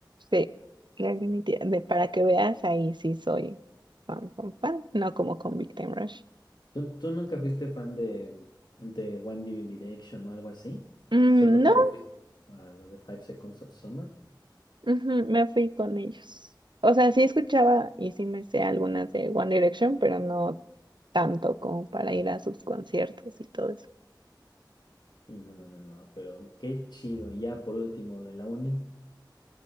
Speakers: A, on the right (about 70°); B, on the left (about 65°).
A: sí, definitiva- de, para que veas, ahí sí soy fan, fan, fan, no como con Victim Rush.
B: ¿Tú, tú nunca fuiste fan de, de One Di- Direction o algo así?
A: Mm,
B: ¿Solo
A: no,
B: te fuiste para lo de Five Seconds of Summer?
A: ujú, me fui con ellos. O sea, sí escuchaba y sí me sé algunas de One Direction, pero no tanto como para ir a sus conciertos y todo eso.
B: Sí, no, no, no, no, pero qué chido. Y Ya por último, de la uni.